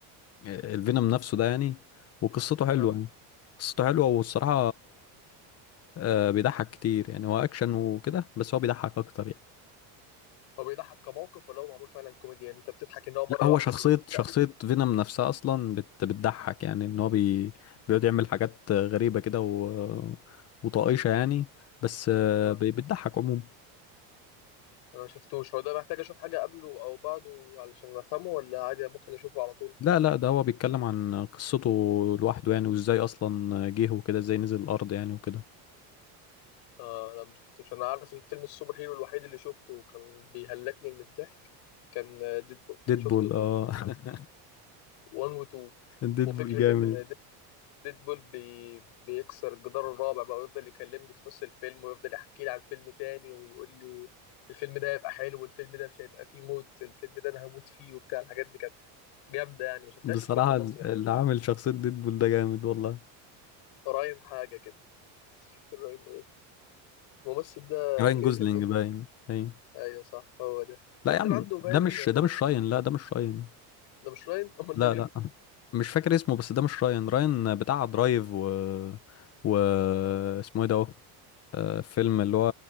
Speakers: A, on the left; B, on the left.
A: آه، الفينوم نفسه ده يعني وقصته حلوة
B: اه
A: يعني قصته حلوة والصراحة آه، بيضحك كتير يعني هو أكشن وكده بس هو بيضحك أكتر يعني
B: هو بيضحك كموقف ولا هو معمول فعلا كوميديا يعني انت بتضحك ان هو مرة
A: لا هو
B: واحدة
A: شخصية
B: الواد
A: شخصية
B: تقلب
A: فينوم نفسها أصلا بت بتضحك يعني إن هو بي بيقعد يعمل حاجات غريبة كده و... وطائشة يعني بس آه،
B: اه
A: بي- بتضحك عموما
B: انا ما شفتوش هو ده محتاج اشوف حاجة قبله او بعده علشان افهمه ولا عادي ممكن اشوفه على طول
A: لا لا ده هو بيتكلم عن قصته لوحده يعني وإزاي أصلا جه وكده إزاي نزل الأرض يعني وكده
B: اه لا ما شفتوش انا عارف الفيلم السوبر هيرو الوحيد اللي شفته وكان بيهلكني من الضحك كان ديدبول
A: ديدبول
B: شفته
A: اه <laughs>
B: 1 و 2
A: ديدبول
B: وفكرة
A: جامد
B: ان ديدبول بي... بيكسر الجدار الرابع بقى ويفضل يكلمني في نص الفيلم ويفضل يحكي لي عن فيلم تاني ويقول لي الفيلم ده هيبقى حلو والفيلم ده مش هيبقى فيه موت الفيلم ده انا هموت فيه وبتاع الحاجات دي كانت جامدة يعني ما شفتهاش
A: بصراحة
B: في فيلم مصري
A: اللي
B: قبل كده
A: عامل شخصية ديدبول ده جامد والله
B: راين حاجة كده بس مش فاكر راين ايه الممثل ده
A: راين
B: كريتيف
A: جوزلينج
B: جدا
A: باين باين
B: ايوه صح هو ده
A: لا
B: تعرف
A: يا عم
B: ان عنده باين
A: ده مش ده مش راين لا ده مش راين
B: ده مش راين امال
A: لا
B: ده مين
A: لا مش فاكر اسمه بس ده مش راين راين بتاع درايف و و اسمه ايه ده اهو آه، فيلم اللي هو